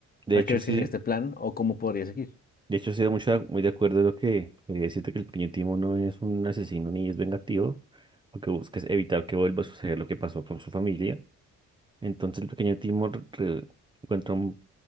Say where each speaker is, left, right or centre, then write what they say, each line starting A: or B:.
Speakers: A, on the right; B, on the left.
A: De
B: ¿Cuál
A: hecho,
B: crees
A: sí.
B: que sería este plan o cómo podría seguir?
A: De hecho, estoy mucho, muy de acuerdo en lo que eh, siento que el pequeño Timo no es un asesino ni es vengativo, lo que busca es evitar que vuelva a suceder lo que pasó con su familia. Entonces, el pequeño Timo re- re- encuentra un-